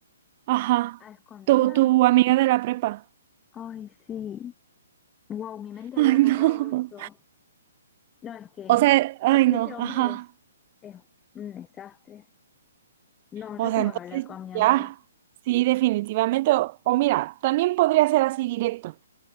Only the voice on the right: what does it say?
Ajá,
tu, tu amiga de la prepa.
<laughs>
Ay,
no.
O sea, ay,
no,
ajá.
O sea,
entonces
ya, sí, definitivamente. o o mira, también podría ser así directo.